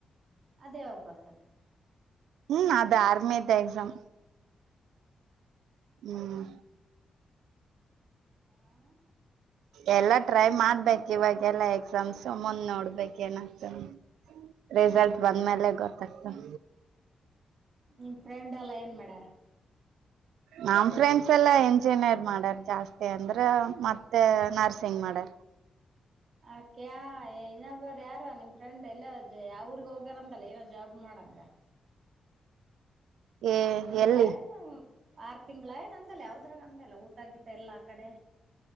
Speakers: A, on the right; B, on the right.
A: ಅದೇ ಯಾವಾಗ್ ಬರ್ತದೆ.
B: ಹ್ಮ್ ಅದು ಆರ್ಮಿ ಎಕ್ಸಾಮ್. ಹ್ಮ್-
A: ಹ್ಮ್
B: ಎಲ್ಲಾ ಟ್ರೈ ಮಾಡ್ಬೇಕೂ ಇವಾಗೆಲ್ಲಾ ಎಕ್ಸಾಮ್ಸ್ ಮುಂದ್ ನೋಡ್ಬೇಕೂ ಏನಾಗ್ತದೆ ರಿಸಲ್ಟ್
A: ಹ್ಮ್
B: ಬಂದ್ಮೇಲೆ ಗೊತ್ತಾಗ್ತದೆ
A: ನಿಮ್ ಫ್ರೆಂಡ್ ಎಲ್ಲಾ ಏನ್ ಮಾಡ್ಯಾರ
B: ನಮ್ ಫ್ರೆಂಡ್ಸ್ ಎಲ್ಲಾ ಇಂಜಿನಿಯರ್ ಮಾಡಾರ್ ಜಾಸ್ತಿ ಅಂದ್ರ ಮತ್ತೆ ನರ್ಸಿಂಗ್ ಮಾಡ್ಯಾರ್
A: ಹ ಅಕ್ಯಾ ಇನ್ನೊಬ್ಬರ ಯಾರ ನಿಮ್ ಫ್ರೆಂಡ್ ಎಲ್ಲ ಯಾವ ಊರಿಗೋ ಹೋಗ್ಯಾರಂತಲ್ಲ ಏನೋ ಜಾಬ್ ಮಾಡಕ
B: ಏ
A: ಆರು ತಿಂಗಳ
B: ಎಲ್ಲಿ
A: ಏನು ಆರು ತಿಂಗಳ ಏನೋ ಆಂದಲ್ಲ ಯಾವ್ದ್ರಾಗ ಅಂದೆಲ್ಲ ಊಟ ಗಿಟ್ಟ ಎಲ್ಲ ಆ ಕಡೆ